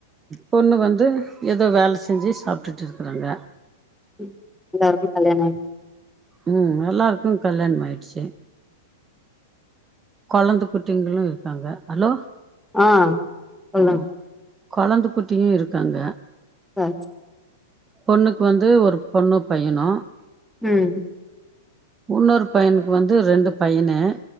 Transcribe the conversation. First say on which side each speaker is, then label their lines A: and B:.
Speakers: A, on the right; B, in the centre.
A: பொண்ணு வந்து ஏதோ வேல செஞ்சு சாப்டுட்டு இருக்கறாங்க
B: ம் எல்லார்க்கு கல்யாணொ
A: ம் எல்லாருக்கு கல்யாணம் ஆயிடுச்சு கொழந்த குட்டிங்களும் இருக்காங்க ஹலோ
B: ஆ சொல்லுங்
A: ம் கொழந்த குட்டியு இருக்காங்க
B: <unintelligible>
A: பொண்ணுக்கு வந்து ஒரு பொண்ணு பையனு
B: ம்
A: உன்னொரு பையனுக்கு வந்து ரெண்டு பையனு